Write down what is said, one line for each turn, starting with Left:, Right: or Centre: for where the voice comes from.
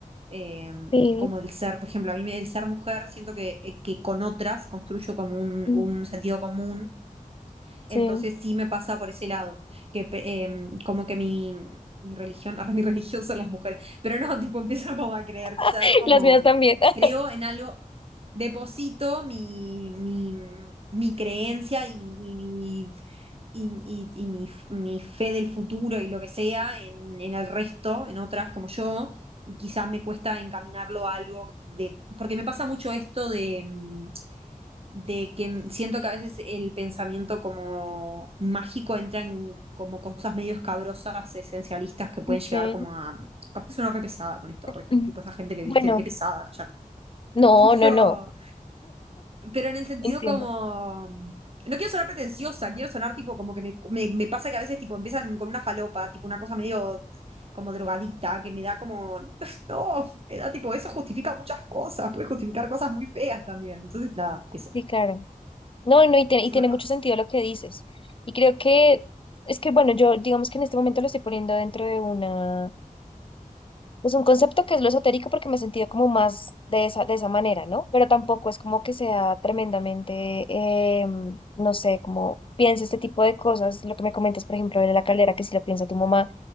Right: eh,
Left: sí.
Right: como del ser, por ejemplo, a mí me- del ser mujer siento que, eh, que con otras construyo como un,
Left: mm,
Right: un sentido común
Left: Sí.
Right: entonces sí me pasa por ese lado, que pe- em, como que mi, mi religión, ahora mi <laughs> religión son las mujeres, pero no, tipo empiezo como a creer quizás
Left: <laughs>
Right: como,
Left: Las mías también. <laughs>
Right: creo en algo, deposito mi, mi, mi creencia y mi, y mi- mi- y, y- y mi, mi fe del futuro y lo que sea en, en el resto, en otras como yo, y quizás me cuesta encaminarlo a algo de, porque me pasa mucho esto de, mm, de que m- siento que a veces el pensamiento como mágico entra en como cosas medio escabrosas, esencialistas que pueden
Left: Okay.
Right: llegar como a, capaz que sueno re pesada con esto, re-
Left: Mm.
Right: tipo esa gente que
Left: Bueno,
Right: viste, qué pesada, cállate.
Left: no,
Right: <laughs>
Left: no,
Right: Pero
Left: no,
Right: pero en el sentido
Left: entiendo.
Right: como... No quiero sonar pretenciosa, quiero sonar tipo como que me, me- me pasa que a veces tipo empiezan con una falopa, tipo una cosa medio como drogadicta, que me da como... <laughs> No, me da tipo, eso justifica muchas cosas, puede justificar cosas muy feas también. Entonces, nada, eso,
Left: Sí, claro. No, no, y, tiene-
Right: eso
Left: y tiene
Right: me pasa.
Left: mucho sentido lo que dices. Y creo que es que, bueno, yo digamos que en este momento lo estoy poniendo dentro de una, pues un concepto que es lo esotérico porque me he sentido como más de esa, de esa manera, ¿no? Pero tampoco es como que sea tremendamente, em, no sé, como piensa este tipo de cosas. Lo que me comentas, por ejemplo, de la calera, que si lo piensa tu mamá